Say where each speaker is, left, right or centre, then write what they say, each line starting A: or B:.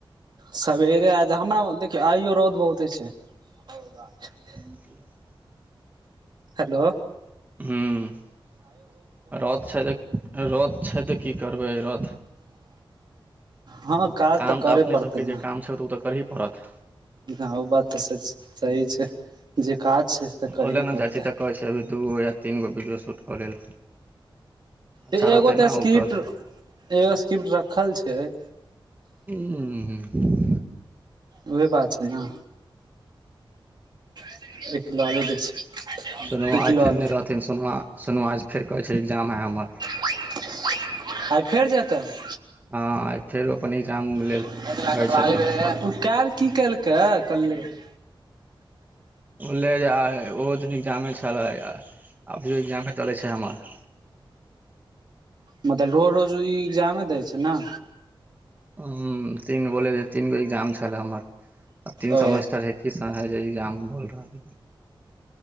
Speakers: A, on the right; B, on the right.
A: सबेरे आ जहाँम न देखियौ आइयो रौद बहुते छै <inaudible>
B: <inaudible>
A: हेलो
B: हुँ रौद छै तऽ रौद छै तऽ की करबै रौद
A: हँ काज
B: काम
A: करे
B: तऽ अपने
A: पड़तै
B: सब केँ जे काम छै तऽ ओ तऽ करही पड़त
A: ह ओ बात तऽ स सही छै जे काज छै से तऽ करही
B: ओले ने
A: पड़तै
B: जाइ छी तऽ कहै छै अभी दूगो या तीन गो वीडियो शूट कऽ लेल अच्छा
A: तऽ एगो
B: रहतै
A: तऽ
B: ने
A: स्क्रिप्ट
B: ओ कल
A: एगो स्क्रिप्ट रखल छै <inaudible>
B: <unintelligible>
A: उहे बात छै न <unintelligible>
B: सोनू
A: एक
B: आज
A: किलो
B: फेर
A: आलू
B: नै रहथिन सोनुआ सोनू आज फेर कहै छै एग्जाम है हमर
A: <unintelligible>
B: हँ फेरो अपन एग्जाम लेल
A: <unintelligible>
B: कहै छथिन ओलेज आइ ओहो दिन एग्जामे छलै अभियो एग्जामे चलै छै हमर
A: मतलब रोड रोज ई एग्जामे दै छै न
B: हु तीन बोले तीन गो एग्जाम छले हमर <inaudible> आ तीन
A: ओ
B: सेमेस्टर है <unintelligible>